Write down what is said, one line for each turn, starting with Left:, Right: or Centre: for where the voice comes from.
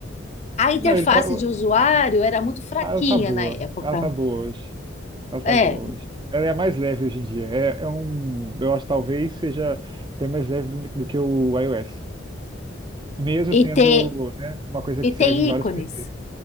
Left: A interface
Right: Não, ele tá,
Left: de usuário era muito fraquinha
Right: ela tá boa.
Left: na época.
Right: Ela tá boa hoje. Ela tá
Left: É,
Right: boa hoje. Ela é a mais leve hoje em dia. É, é um, eu acho que talvez seja até mais leve do, do que o iOS. Mesmo
Left: e
Right: sendo,
Left: tem,
Right: né, uma coisa
Left: e
Right: que serve
Left: tem
Right: em vários
Left: ícones.
Right: PCs.